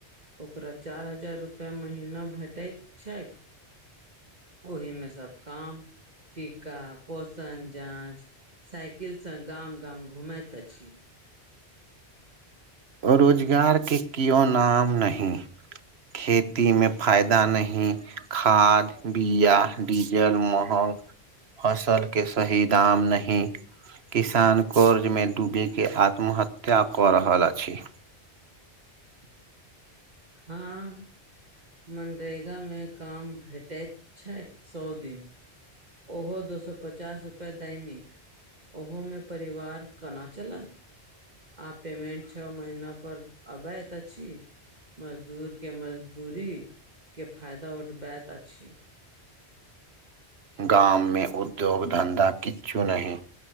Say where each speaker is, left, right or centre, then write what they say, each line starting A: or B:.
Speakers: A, on the right; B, on the right.
A: ओकरा चारि हजार रुपैआ महीना भेटैत छैक। ओहि मे सब काम। टीका पोषण जाँच साइकिल से गाम गाम घूमैत अछि।
B: रोजगार के कियो नाम नहि खेती मे फायदा नहि, खाद बीया डीजल महग फसलके सही दाम नहि। किसान कर्ज मे डूबके आत्महत्या क रहल अछि। <inaudible>
A: हँ। मनरेगामे काम भेटैत छैक सए दिन ओहो दो सए पचास रुपए दैनिक ओहोमे परिवार केना चलत। आ पेमेंट छ महिना पर अबैत अछि। मजदूर के मजदूरी के फायदा उठबैत अछि।
B: गाम मे उद्योग धन्धा किछु नहि।